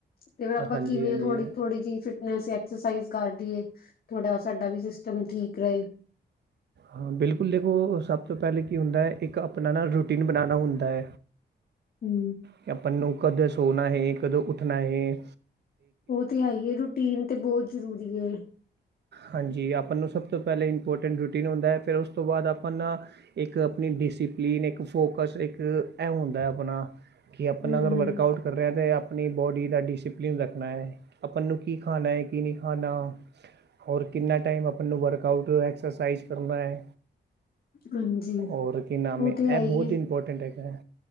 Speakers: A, on the left (about 55°); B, on the right (about 65°).
A: ਤੇ ਫਿਰ ਆਪਾ
B: ਹਾਂਜੀ
A: ਕਿਵੇਂ
B: ਹਾਂਜੀ
A: ਥੋੜੀ-ਥੋੜੀ ਜੀ ਫਿਟਨੈਂਸ ਐਕਸਰਸਾਈਜ਼ ਕਾਰਦੀ ਏ, ਥੋੜਾ ਸਾਡਾ ਵੀ ਸਿਸਟਮ ਠੀਕ ਰਏ।
B: ਹਾਂ, ਬਿਲਕੁਲ ਦੇਖੋ ਸਬ ਤੋ ਪੈਲੇ ਕੀ ਹੁੰਦੈ, ਇੱਕ ਅਪਨਾ ਨਾ ਰੂਟੀਨ ਬਨਾਨਾ ਹੁੰਦੈ।
A: ਹੂੰ।
B: ਕਿ ਆਪਾ ਨੂੰ ਕੱਦੋਂ ਸੋਨਾ ਹੇ, ਕਦੋਂ ਉਠਨਾ ਹੇ।
A: ਓ ਤੇ ਹੈ ਈ ਏ, ਰੂਟੀਨ ਤੇ ਬੋਤ ਜ਼ਰੂਰੀ ਏ।
B: ਹਾਂਜੀ, ਆਪਾਂ ਨੂੰ ਸਬ ਤੋ ਪੈਲੇ ਇੰਪੋਟੈਂਟ ਰੂਟੀਨ ਹੁੰਦਾ ਏ, ਫੇਰ ਉਸ ਤੋ ਬਾਦ ਆਪਾਂ ਨਾ ਇਕ ਆਪਨੀ ਡਿਸੀਪਲਿਨ, ਇਕ ਫੋਕਸ, ਇਕ ਐ ਹੁੰਦੈਂ ਅਪਨਾ ਕੇ ਅਪਨਾ
A: ਹੂੰ-ਹੂੰ
B: ਅਗਰ ਵਰਕਆਊਟ ਕਰ ਰੇਆਂ ਤੇ ਆਪਨੀ ਬੋਡੀ ਦਾ ਡਿਸੀਪਲਿਨ ਰੱਖਨਾ। ਆਪਾਂ ਨੂੰ ਕੀ ਖਾਣਾਂ ਏ, ਕੀ ਨਹੀਂ ਖਾਣਾਂ। ਹੋਰ ਕਿੰਨਾ ਟਾਈਮ ਆਪਾਂ ਨੂੰ ਵਰਕਆਊਟ, ਐਕਸਰਸਾਈਜ਼ ਕਰਨਾ ਐ।
A: ਹਾਂਜੀ
B: ਔਰ ਕੀ ਨਾਮ
A: ਉਹ
B: ਏ,
A: ਤੇ
B: ਐਹ
A: ਹੈ ਹੀ
B: ਬਹੁਤ
A: ਹੈ।
B: ਇਮਪੋਟੈਂਟ ਹੈਗਾ।